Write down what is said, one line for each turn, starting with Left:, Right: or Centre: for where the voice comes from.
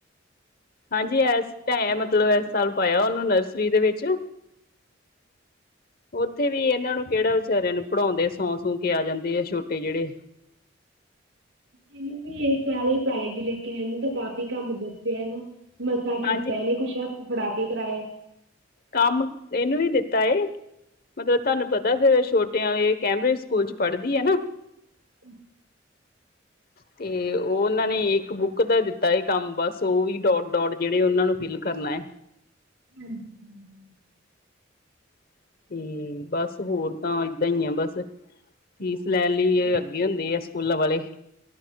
Left: ਹਾਂਜੀ, ਇਸ ਟ ਮਤਲਬ, ਇਸ ਸਾਲ ਪਾਇਆ ਉਹਨੂੰ, ਨਰਸਰੀ ਦੇ ਵਿੱਚ ਉੱਥੇ ਵੀ ਇਹਨਾਂ ਨੂੰ ਕਿਹੜਾ ਵਿਚਾਰਿਆਂ ਨੂੰ ਪੜ੍ਹਾਉਂਦੇ, ਸੌ- ਸੂ ਕੇ ਆ ਜਾਂਦੇ ਆ ਛੋਟੇ ਜਿਹੜੇ
Right: ਇਹਨੂੰ ਵੀ ਇਹ ਸਾਲ ਹੀ ਪਾਏਗੀ, ਲੇਕਿਨ ਇਹਨੂੰ ਤਾਂ ਕਾਫ਼ੀ ਕੰਮ ਦੱਸਿਆ ਨਾ। ਮਸਾਂ ਕੀਤਾ
Left: ਹਾਂਜੀ
Right: ਇਹਨੇ ਕੁਛ ਹਥ ਫੜਾ ਕੇ ਕਰਾਇਆ।
Left: ਕੰਮ ਇਹਨੂੰ ਵੀ ਦਿੱਤਾ। ਤਏ। ਮਤਲਬ ਤੁਹਾਨੂੰ ਪਤਾ ਫੇਰ ਛੋਟੇ ਟਿਆਂ ਇਹ ਕੈਂਬ੍ਰਿਜ ਸਕੂਲ ਚ ਪੜ੍ਹਦੀ ਹੈ ਨਾ।
Right: ਅੱਛਾ।
Left: ਤੇ ਉਹ, ਉਹਨਾਂ ਨੇ ਇੱਕ ਬੁੱਕ ਦਾ ਦਿੱਤਾ ਹੈ ਕੰਮ, ਬਸ ਉਹ ਵੀ ਡੋਟ- ਡੋਟ ਜਿਹੜੇ ਉਹਨਾਂ ਨੂੰ ਫਿਲ ਕਰਨਾ ਹੈ।
Right: ਹਾਂ, ਹੂੰ
Left: ਹੂੰ ਤੇ ਬਸ ਹੋਰ ਤਾਂ ਏਦਾਂ ਹੀ ਆ ਬਸ ਫੀ ਲੈਣ ਲਈ
Right: ਹਾਂਜੀ-ਹਾਂਜੀ-ਹਾਂਜੀ-ਹਾਂਜੀ-ਹਾਂਜੀ।
Left: ਅੱਗੇ ਹੁੰਦੀ ਏ। ਪੁੱਲਾ ਵਾਲੇ